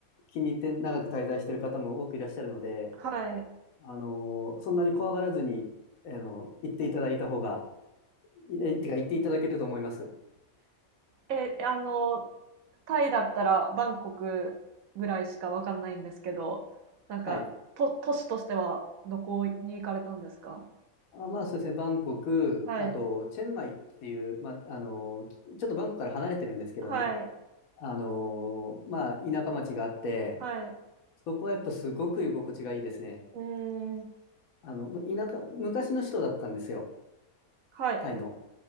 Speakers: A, on the left; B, on the right.
A: 気に入って長く滞在してる方も多くいらっしゃるので、
B: はい。
A: あの、そんなに怖がらずに、あの、行っていただいた方が、いえてか、行っていただけると思います。
B: え、あの、タイだったらバンコクぐらいしかわかんないんですけど、なんか、
A: はい。
B: と、都市としてはどこに行かれたんですか
A: あ、まあそうですね、バンコク、
B: はい、
A: あと、チェンマイっていう、まあ、あの、きちょっとバンコクから離れてるんですけどね、
B: はい、
A: あの、まあ、田舎町があって、
B: はい。
A: そこはやっぱすごく居心地がいいですね。
B: うーん、
A: あの、まあ田舎、昔の首都だったんですよ、
B: はい。
A: タイの。